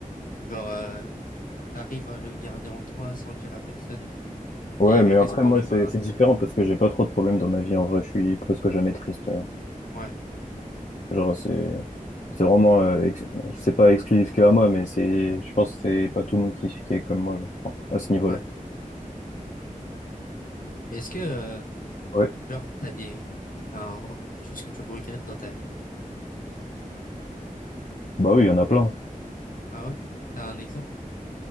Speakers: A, on the left (about 75°); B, on the left (about 55°).
A: genre, euh, t'arrives à le garder en toi sans le dire à personne et tout.
B: Ouais,
A: Et régler
B: mais après,
A: ce problème
B: moi, c'est
A: à l'intérieur.
B: c'est différent parce que j'ai pas trop de problèmes dans ma vie. En vrai, je suis presque jamais triste. euh.
A: Ouais, ok.
B: Genre, c'est c'est vraiment, euh, ex- c'est pas exclusif que à moi, mais c'est, je pense que c'est pas tout le monde qui, qui est comme moi, genre, je pense, à ce niveau-là.
A: Ouais, ok. Je comprends. Et Est-ce que, euh,
B: Ouais.
A: genre, t'as des, t'as un re- quelque chose que tu regrettes dans ta vie?
B: Bah oui, il y en a plein.
A: Ah ouais? T'as un exemple?